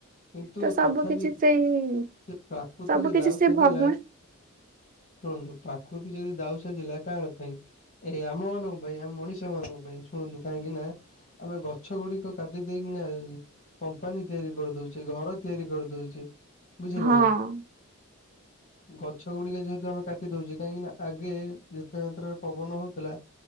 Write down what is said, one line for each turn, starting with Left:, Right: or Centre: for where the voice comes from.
Left: କିନ୍ତୁ
Right: ତ ସବୁ
Left: ତଥାପି
Right: କିଛି ସେଇ
Left: ସେ ପ୍ରାକୃତିକ
Right: ସବୁ କିଛି
Left: ଦାଉ
Right: ସେ
Left: ସାଜିଲା
Right: ଭଗବାନ
Left: ଶୁଣନ୍ତୁ ପ୍ରାକୃତି ଯଦି ଦାଉ ସାଧିଲା କାହାର ପାଇଁ ଏଇ ଆମ ମାନଙ୍କ ପାଇଁ ଆମ ମଣିଷ ମାନଙ୍କ ପାଇଁ ଶୁଣନ୍ତୁ କାହିଁକି ନା ଆମେ ଗଛ ଗୁଡିକ କାଟି ଦେଇକିନା ଆ କମ୍ପାନୀ ତିଆରି କରିଦଉଛି ଘର ତିଆରି କରିଦଉଛି ବୁଝିଲେ
Right: ହଁ
Left: ନା <inaudible> ଗଛ ଗୁଡିକ ଯେହେତୁ ଆମେ କାଟି ଦଉଚେ କାହିଁକି ନା ଆଗେ ଯେତେ ମାତ୍ରାରେ ପବନ ହଉଥିଲା